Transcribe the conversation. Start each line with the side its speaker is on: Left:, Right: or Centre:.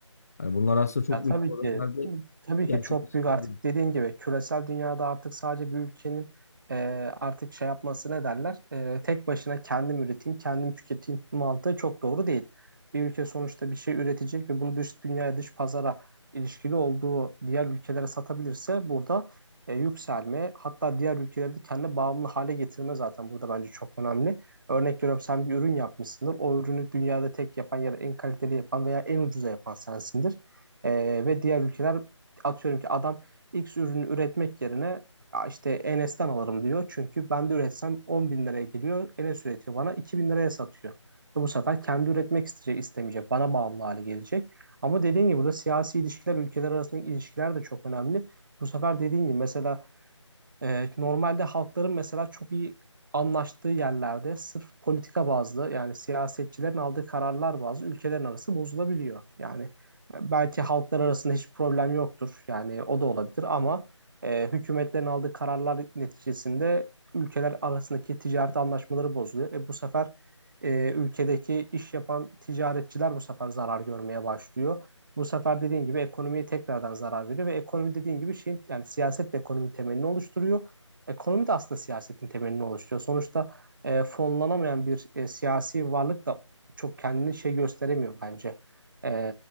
Left: Yani bunlar aslında çok
Right: Ya tabii
Left: büyük problemlerde
Right: ki tabii
Left: gerçekleşebiliyor.
Right: ki çok büyük artık dediğin gibi küresel dünyada artık sadece bir ülkenin e, artık şey yapması ne derler? E, tek başına kendim üreteyim, kendim tüketeyim mantığı çok doğru değil. Bir ülke sonuçta bir şey üretecek ve bunu dış dünyaya, dış pazara ilişkili olduğu diğer ülkelere satabilirse burada e, yükselme hatta diğer ülkeleri de kendine bağımlı hale getirme zaten burada bence çok önemli. Örnek veriyorum sen bir ürün yapmışsındır. O ürünü dünyada tek yapan ya da en kaliteli yapan veya en ucuza yapan sensindir. Ee, ve diğer ülkeler atıyorum ki adam X ürünü üretmek yerine "Ya işte Enes'ten alırım diyor. Çünkü ben de üretsem 10 bin liraya geliyor. Enes üretiyor bana 2 bin liraya satıyor. Ve bu sefer kendi üretmek isteyecek, istemeyecek. Bana bağımlı hale gelecek. Ama dediğin gibi burada siyasi ilişkiler, ülkeler arasındaki ilişkiler de çok önemli. Bu sefer dediğin gibi mesela ee, normalde halkların mesela çok iyi anlaştığı yerlerde sırf politika bazlı yani siyasetçilerin aldığı kararlar bazlı ülkelerin arası bozulabiliyor. Yani belki halklar arasında hiç problem yoktur. Yani o da olabilir ama e, hükümetlerin aldığı kararlar neticesinde ülkeler arasındaki ticaret anlaşmaları bozuluyor. E, bu sefer e, ülkedeki iş yapan ticaretçiler bu sefer zarar görmeye başlıyor. Bu sefer dediğin gibi ekonomiye tekrardan zarar veriyor ve ekonomi dediğin gibi şeyin yani siyaset de ekonominin temelini oluşturuyor. Ekonomi de aslında siyasetin temelini oluşturuyor. Sonuçta e, fonlanamayan bir e, siyasi varlık da çok kendini şey gösteremiyor bence. E,